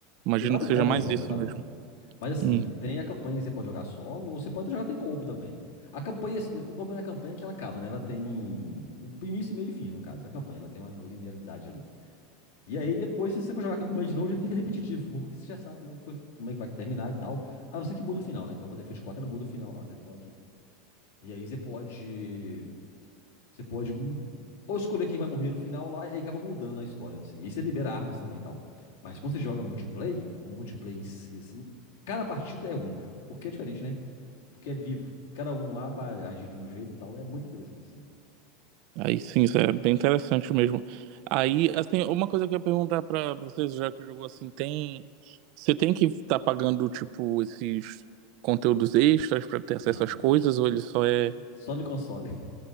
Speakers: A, on the right; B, on the left.
A: Imagino
B: Tem vários
A: que seja
B: modos
A: mais
B: de jogo,
A: isso
B: sabe?
A: mesmo.
B: Mas assim,
A: Hum,
B: tem a campanha que você pode jogar solo, ou você pode jogar tem co-op também. A campanha, assim, o problema da campanha é que ela acaba, né? Ela tem um início, meio e fim, no caso. A campanha, ela tem uma linearidade ali. E aí depois, se você for jogar a campanha de novo, já fica repetitivo, porque você já sabe como é que foi, como é que vai terminar e tal. A não ser que muda o final, né? Igual o Battlefield 4, ela muda o final lá. Você pode. E aí você pode você pode ou escolher quem vai morrer no final lá, e aí acaba mudando a história, assim. E aí você libera armas também e tal. Mas quando você joga multiplayer, o multiplayer em si, assim, cada partida é única. Porque é diferente, né? Porque é vivo. Cada um lá vai agir de um jeito e tal. É muito interessante, assim.
A: Aí sim, isso é bem interessante mesmo. Aí, assim, uma coisa que eu ia perguntar pra vocês, já que jogou assim, tem. Você tem que estar pagando, tipo, esses conteúdos extras pra ter acesso
B: Não,
A: às
B: não.
A: coisas, ou ele só é
B: Só no console.